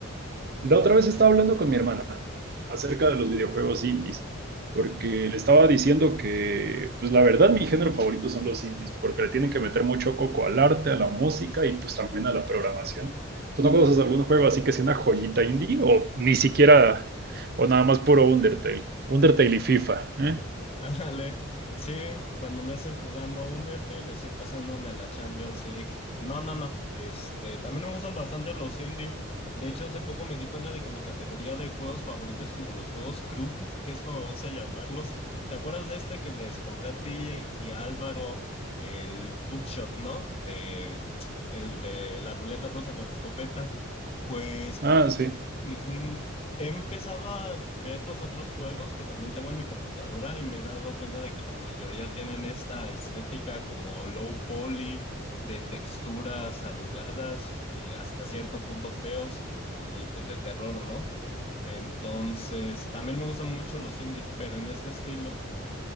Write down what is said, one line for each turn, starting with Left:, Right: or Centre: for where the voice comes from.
Right: la otra vez estaba hablando con mi hermana acerca de los videojuegos indies, porque le estaba diciendo que, pues la verdad, mi género favorito son los indies, porque le tienen que meter mucho coco al arte, a la música y pues también a la programación. ¿Tú no conoces algún juego así que sea una joyita indie? O ni siquiera, o nada más puro Undertale. Undertale y FIFA, ¿eh?
Left: Ándale. Sí, cuando no estoy jugando Undertale, estoy pasándome la Champions League. No, no, no. Este, también me gustan bastante los indie. De hecho, hace poco me di cuenta de que mi categoría de juegos favoritos es como los juegos crew, que es como me gusta llamarlos. ¿Te acuerdas de este que les compré a ti y a Álvaro el Bookshot, ¿no? De, el de la ruleta rosa con la escopeta. Pues
Right: Ah, sí.
Left: Ujú. He empezado a ver los otros juegos que también tengo en mi computadora y me he dado cuenta de que la mayoría tienen esta estética como low poly, de texturas arrugadas y hasta cierto punto feos y pues de terror, ¿no? Entonces, también me gustan mucho los indie, pero en este estilo.